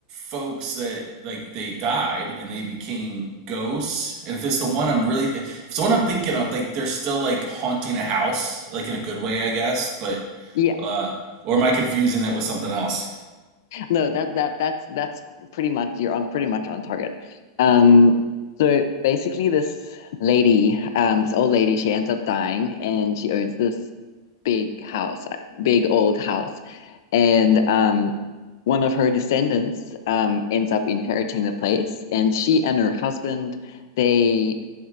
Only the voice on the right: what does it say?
folks that like they died and they became ghosts. And if it's the one I'm really, if it's the one I'm thinking of, like they're still like haunting a house, like in a good way, I guess. But
uh, or am I confusing that with something else?